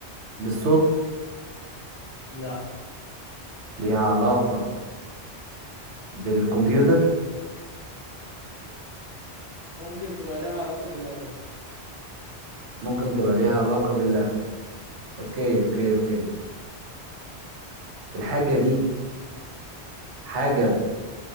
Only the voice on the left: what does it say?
لا
ممكن تبقى ليها علاقة باللبات